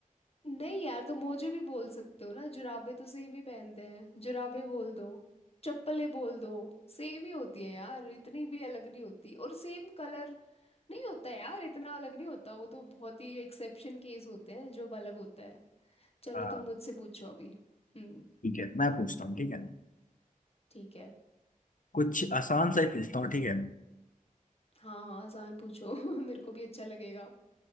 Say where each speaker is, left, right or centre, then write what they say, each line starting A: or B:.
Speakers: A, on the left; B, on the left.
A: नहीं यार तो मोजे भी बोल सकते हो ना जुराबे तो सेम ही पहनते हैं जुराबे बोल दो चप्पलें बोल दो सेम ही होती है यार इतनी भी अलग नहीं होती और सेम कलर नहीं होता यार इतना अलग नहीं होता वो तो बहुत ही एक्सेप्शन केस होते हैं जो अलग होता है चलो
B: हाँ,
A: तुम मुझसे पूछो अभी हम्म
B: ठीक है मैं पूछता हूँ ठीक है
A: ठीक है
B: कुछ आसान सा ही पूछता हूँ ठीक है
A: हाँ हाँ आसान पूछो <laughs> मेरे को भी अच्छा लगेगा